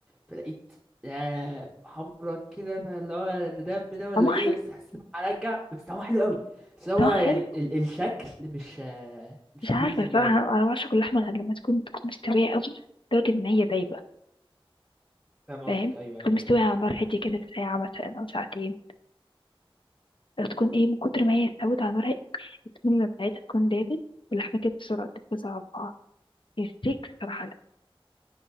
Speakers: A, in the centre; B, on the left (about 60°).
A: فلقيت آه حمرا كده فاللي هو ده دم ده ولا
B: طعمها
A: ايه
B: حلو
A: بس حسيت إن أنا هرجع بس طعمه حلو قوي بس هو
B: طعمها
A: يعني
B: حلو
A: ال الشكل مش آه مش
B: مش عارفة
A: pleasing
B: صراحة
A: قوي
B: أنا أنا بعشق اللحمة غير لما تكون تكون مستوية أوي لدرجة إن هي دايبة
A: فاهم قصدك
B: فاهم
A: ايوه
B: تكون
A: ايوه
B: مستوية
A: ايوه
B: على نار هادية كده لساعة مثلا أو ساعتين لو تكون إيه من كتر ما هي استوت على نار هادية السمنة بتاعتها تكون دابت واللحمة كده بسرعة تتوزع على بعض الستيك صراحة لأ